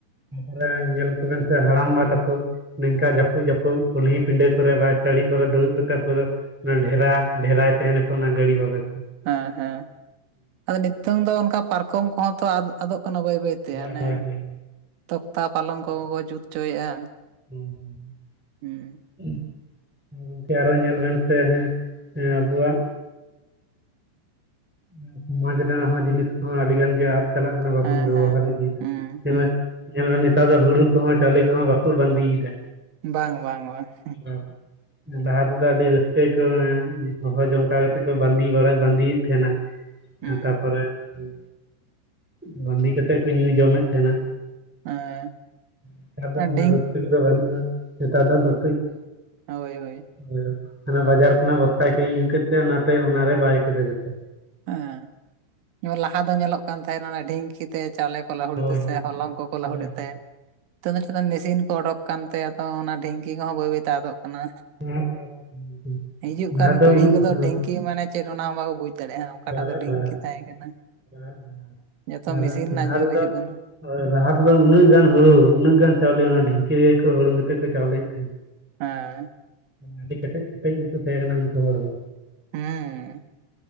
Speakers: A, in the centre; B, on the right.
A: ᱛᱟᱯᱚᱨᱮ ᱧᱮᱞ ᱠᱚᱵᱮᱱ ᱥᱮ ᱦᱟᱲᱟᱢᱵᱟ ᱛᱟᱠᱚ ᱱᱤᱝᱠᱟ ᱡᱟᱹᱯᱩᱫ ᱡᱟᱹᱯᱩᱫ ᱠᱩᱞᱦᱤ ᱯᱤᱸᱰᱟᱹ ᱠᱚᱨᱮ ᱵᱟ ᱪᱟᱹᱲᱤ ᱠᱚᱨᱮ ᱫᱩᱲᱩᱵ ᱠᱟᱛᱮ ᱯᱩᱨᱟᱹ ᱚᱱᱟ ᱰᱷᱮᱨᱟ ᱰᱷᱮᱨᱟᱭ ᱛᱟᱦᱮᱱᱟᱠᱚ ᱚᱱᱟ ᱜᱟᱹᱲᱤ ᱵᱟᱵᱮᱨ ᱠᱚ
B: ᱦᱮᱸ ᱦᱮᱸ ᱟᱫᱚ ᱱᱤᱛᱚᱝ ᱫᱚ ᱚᱱᱠᱟ ᱯᱟᱨᱠᱚᱢ ᱠᱚᱦᱚᱸ ᱛᱚ ᱟᱫᱚᱜ ᱠᱟᱱᱟ ᱵᱟᱹᱭ ᱵᱟᱹᱭᱛᱮ ᱛᱮ
A: ᱦᱳᱭ
B: ᱚᱱᱮ
A: ᱦᱳᱭ ᱦᱳᱭ ᱦᱳᱭ
B: ᱛᱚᱠᱛᱟ ᱯᱟᱞᱚᱝ ᱠᱚ ᱠᱚ ᱡᱩᱛ ᱦᱚᱪᱚᱭᱮᱫᱼᱟ
A: ᱦᱮᱸ
B: ᱦᱩᱸ
A: ᱦᱩᱸ ᱜᱚᱝᱠᱮ ᱟᱨᱚ ᱧᱮᱞ ᱵᱮᱱ ᱥᱮ ᱦᱮᱸ ᱟᱵᱚᱣᱟᱜ <unintelligible> ᱥᱚᱢᱟᱡᱽ ᱨᱮᱱᱟᱜ ᱦᱚᱸ ᱡᱤᱱᱤᱥ ᱠᱚᱦᱚᱸ ᱟᱹᱰᱤ ᱜᱟᱱ ᱜᱮ ᱟᱫ ᱪᱟᱞᱟᱜ ᱠᱟᱱᱟ ᱵᱟᱵᱚᱱ
B: ᱦᱮᱸ
A: ᱵᱮᱵᱚᱦᱟᱨ
B: ᱦᱮᱸ
A: ᱤᱫᱤᱭᱮᱫᱟ
B: ᱦᱩᱸ
A: <unintelligible>
B: ᱦᱩᱸ
A: ᱧᱮᱞ ᱢᱮ ᱱᱮᱛᱟᱨ ᱫᱚ ᱦᱩᱲᱩ ᱠᱚᱦᱚᱸ ᱪᱟᱣᱞᱮ ᱠᱚᱦᱚᱸ ᱵᱟᱠᱚ ᱵᱟᱺᱫᱤᱭᱮᱫᱟ
B: ᱵᱟᱝ ᱵᱟᱝ ᱵᱟᱝ <unintelligible>
A: ᱦᱮᱸ ᱞᱟᱦᱟ ᱛᱮᱫᱚ ᱟᱹᱰᱤ ᱨᱟᱹᱥᱠᱟᱹ ᱜᱮᱠᱚ <unintelligible> ᱦᱚᱦᱚ ᱡᱚᱝ ᱚᱱᱠᱟ ᱠᱟᱛᱮ ᱠᱚ ᱵᱟᱺᱫᱤ ᱵᱟᱲᱟ ᱵᱟᱺᱫᱤᱭᱮᱫ ᱛᱟᱦᱮᱱᱟ
B: ᱦᱩᱸ
A: ᱛᱟᱨᱯᱚᱨᱮ <unintelligible> ᱵᱟᱺᱫᱤ ᱠᱟᱛᱮ ᱠᱚ ᱧᱩ ᱡᱚᱢᱮᱫ ᱛᱟᱦᱮᱱᱟ
B: ᱦᱮᱸ
A: ᱱᱮᱛᱟᱨ ᱫᱚ ᱚᱱᱟ
B: ᱰᱷᱤᱝ
A: ᱨᱟᱹᱥᱠᱟᱹ ᱠᱚᱫᱚ ᱵᱟᱹᱱᱩᱜᱼᱟ ᱱᱮᱛᱟᱨ ᱫᱚ
B: ᱦᱳᱭ ᱦᱳᱭ
A: <unintelligible> ᱚᱱᱟ ᱵᱟᱡᱟᱨ ᱠᱷᱚᱱᱟᱜ ᱵᱚᱥᱛᱟ ᱠᱤᱨᱤᱧ ᱟᱹᱜᱩ ᱠᱮᱫ ᱛᱮ ᱚᱱᱟ ᱛᱮ ᱚᱱᱟᱨᱮ ᱵᱟᱭ ᱠᱮᱫᱟ ᱡᱚᱛᱚ
B: ᱦᱮᱸ ᱞᱟᱦᱟ ᱫᱚ ᱧᱮᱞᱚᱜ ᱠᱟᱱ ᱛᱟᱦᱮᱸ ᱰᱷᱤᱝᱠᱤ ᱛᱮ ᱪᱟᱣᱞᱮ ᱠᱚ ᱞᱟᱹᱦᱩᱫ
A: ᱦᱳᱭ
B: ᱮᱫ ᱛᱟᱸᱦᱮ ᱮ ᱥᱮ ᱦᱚᱞᱚᱝ ᱠᱚᱠᱚ ᱞᱟᱹᱦᱩᱫ
A: ᱦᱳᱭ
B: ᱮᱫ
A: ᱦᱳᱭ
B: ᱛᱟᱦᱮᱸᱫ ᱢᱮᱥᱤᱱ ᱠᱚ ᱚᱰᱚᱠ ᱠᱟᱱᱛᱮ ᱟᱫᱚ ᱚᱱᱟ ᱰᱷᱤᱝᱠᱤ ᱠᱚᱦᱚᱸ ᱵᱟᱹᱭ ᱵᱟᱹᱭ ᱛᱮ ᱟᱫᱚᱜ ᱠᱟᱱᱟ
A: ᱦᱳᱭ
B: ᱦᱤᱡᱩᱜ
A: ᱞᱟᱦᱟ
B: ᱠᱟᱱ
A: ᱫᱚ
B: ᱯᱤᱲᱦᱤ
A: ᱩᱱᱟᱹᱜ
B: ᱠᱚᱫᱚ
A: ᱦᱮᱸ
B: ᱰᱷᱤᱝᱠᱤ ᱢᱟᱱᱮ ᱪᱮᱫ ᱚᱱᱟ ᱦᱚᱸ ᱵᱟᱠᱚ ᱵᱩᱡᱷ ᱫᱟᱲᱮᱭᱟᱜᱼᱟ ᱚᱠᱟᱴᱟᱜ
A: ᱵᱟᱝ
B: ᱫᱚ ᱰᱷᱤᱝᱠᱤ
A: ᱵᱟᱝ
B: ᱛᱟᱦᱮᱸ ᱠᱟᱱᱟ
A: ᱵᱟᱝ
B: ᱡᱚᱛᱚ
A: ᱟᱨ
B: ᱢᱮᱥᱤᱱ ᱨᱮᱱᱟᱜ
A: ᱞᱟᱦᱟ
B: ᱡᱩᱜᱽ
A: ᱛᱮᱫᱚ
B: ᱦᱤᱡᱩᱜ ᱠᱟᱱᱟ
A: ᱦᱳᱭ ᱞᱟᱦᱟ ᱛᱮᱫᱚ ᱩᱱᱟᱹᱜ ᱜᱟᱱ ᱦᱩᱲᱩ ᱩᱱᱟᱹᱜ ᱜᱟᱱ ᱪᱟᱣᱞᱮ ᱚᱱᱟ ᱰᱷᱤᱝᱠᱤ ᱨᱮ ᱦᱩᱲᱩᱝ ᱠᱟᱛᱮᱫ ᱠᱚ ᱪᱟᱣᱞᱮ ᱮᱫ ᱛᱟᱦᱮᱸᱫ
B: ᱦᱮᱸ
A: ᱟᱹᱰᱤ ᱠᱮᱴᱮᱡ ᱠᱮᱴᱮᱡ ᱜᱮᱠᱚ ᱛᱟᱦᱮᱸ ᱠᱟᱱᱟ ᱩᱱᱠᱩ ᱦᱚᱲ ᱫᱚ
B: ᱦᱮᱸ